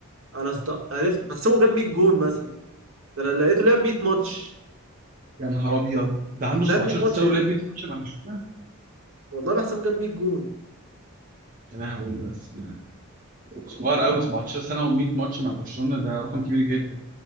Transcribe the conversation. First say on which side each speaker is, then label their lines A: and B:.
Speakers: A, on the right; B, on the right.
A: أنا است... عرفت بحسبه جاب 100 جون مثلا ده أنا لقيته لعب 100 ماتش
B: يا نهار ابيض ده عنده 17
A: لعب 100 ماتش
B: سنه
A: إمتى؟
B: ولعب 100 ماتش مع برشلونه
A: والله بحسبه جاب 100 جون
B: يا لهوي بس صغير قوي 17 سنه و100 ماتش مع برشلونه ده رقم كبير جدا